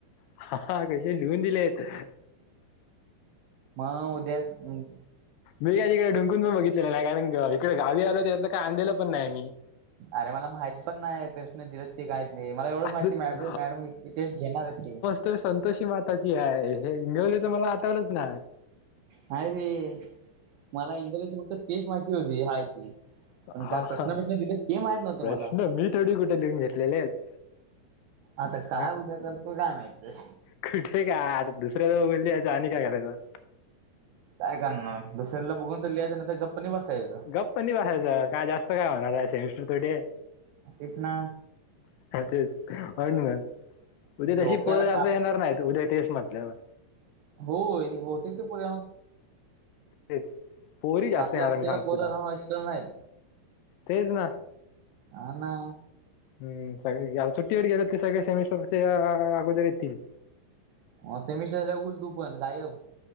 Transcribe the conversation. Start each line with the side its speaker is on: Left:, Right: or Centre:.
Left: हा क्वेशन लिहून दिले आहेत.
Right: हां उद्या हम्म.
Left: मी का तिकडे ढुंकून पण बघितलेलं नाही. कारण इकडे गावी आलो, त्यायातनं काय आणलेलं पण नाही आम्ही.
Right: अरे मला माहित पण नाही प्रश्न दिलेत ते काहीच नाही मला एवढच
Left: असं
Right: माहिती म मॅडम टेस्ट घेणार आहेत ते
Left: तर संतोषी माताची हाय, हे इंगवले तर मला आठवलंच नाय.
Right: हाय रे, मला इंग्लिशची फक्त टेस्ट माहिती होती हाय ती. पण
Left: हा
Right: काय प्रश्न
Left: हा
Right: ब्रिश्न दिले ते माहित नव्हते मला
Left: प्रश्न, मी थोडी कुठे लिहून घेतलेले आहेत.
Right: आता काय
Left: हा
Right: उद्या करतो काय माहतीय
Left: कुठे काय, आता दुसऱ्याजवळ बोलली याचं आणि काय करायचं.
Right: काय करणार, दुसऱ्याकडलं बघून तर लिहायचं, नाही तर गप्पनी बसायचं.
Left: गप्प लय <unintelligible> काय जास्त काय होणार आहे सेमिस्टर डे.
Right: तेच ना.
Left: तेच <unintelligible> मग. उद्या तशी
Right: डोक्याला
Left: पग असं
Right: ताप
Left: येणार नाहीत उद्या टेस्ट नाय. लई भारी.
Right: होय बहुतेक ते <unintelligible> बघ
Left: तेच पोरी जास्त
Right: आपल्या
Left: येणार
Right: हॉस्टेलला
Left: मी सांगतो
Right: कोण
Left: तुला
Right: <unintelligible> नाहीत
Left: तेच ना
Right: हा ना.
Left: हम्म सगळे गेले आता सुट्टीवर गेलेत सगळे सेमिस्टरच्या अगोदर येतील.
Right: हा सेमिस्टरला होईल तू पण गायब.